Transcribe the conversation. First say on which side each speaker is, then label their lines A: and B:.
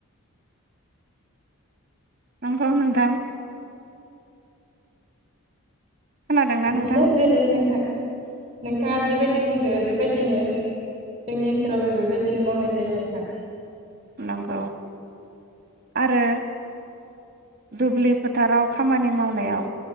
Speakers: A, on the right; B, on the right.
A: नंगौ नोंथां खोनादोंना
B: बिदिनो
A: नोंथां
B: जेरै नोंथां नोंथाङा जिबायदि बुंदो बेबायदिनो जोंनि ओनसोलावबो बेबायदिनो मावनाय जायो नोंथां
A: नंगौ आरो दुब्लि फोथाराव खामानि मावनायाव